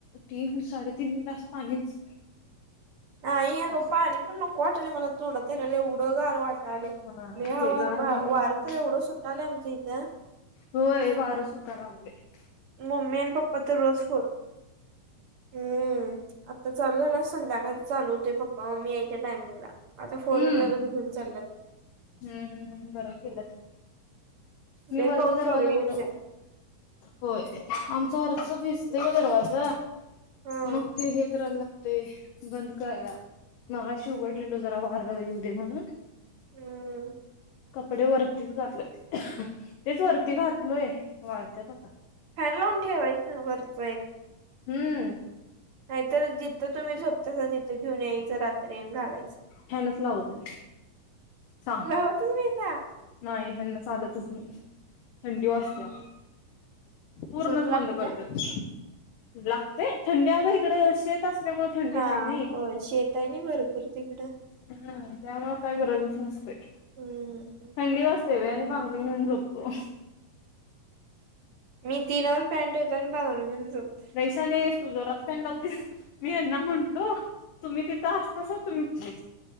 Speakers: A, on the left; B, on the right.
A: तीन साडेतीन ग्लास पाणीच
B: ह अगं
A: असं.
B: पाणी पण नको वाटलंय मला तोंडात धरायला एवढं गार वाट लय,
A: हा
B: लई हवा
A: ते गार
B: वारं तर एवढं सुट्टालंय आमच्या इथं
A: होय वार सुटाय लागलंय.
B: मम्मी अन पप्पा तर रोज पाऊस. हम्म, आता चालू झाला संध्याकाळ चालू होतोय पप्पा मग मी यायच्या टायमिंगला आता फोर
A: हम्म
B: व्हीलरच घेऊन चाल्यात.
A: हम्म हम् हम् बर केल्यात मी
B: लय
A: वरचा
B: पाऊस
A: दरवाजा
B: चालू
A: उघडा
B: येतोय
A: होय आमचं वरच भिजतय ग दरवाज
B: हा
A: मग ते हे करायला लागतय बंद करायला मगाशी
B: हम्म
A: उघडलेलो जरा वार येऊ दे म्हणून
B: हम्म
A: कपडे वरतीच घातलोय. तेच वरती घातलोय वाळत्यात आत्ता.
B: फॅन लावून ठेवायचं वरच एक
A: हम्म
B: नाही तर जिथं तुम्ही झोपतासा तिथं घेऊन यायचं रात तन घालायच.
A: फॅनच लावत नाही सांग
B: लावत नाहीसा
A: नाही हेना चालतच नाही थंडी वाजत्या पूर्णच
B: झोप लागत्या
A: बंद करत्यात. लागतय थंडी अग इकडे शेत असल्यामुळे थंडी
B: हा
A: हाय नई
B: होय शेत आहे ना भरपूर तिकडं
A: ह त्यामुळे काय गरजच नसतेय
B: हम्म
A: थंडी वाजतंय बाई आणी पांग रून घेऊन झोपतो.
B: मी तीनवर पॅन ठेवतोय आणि पांगरून घेऊन झोपतोय
A: लई शाणी हायस तु जोरात पॅन लावतीस मी यांना म्हंटलो तुम्ही तिथं असतासा तुम्ही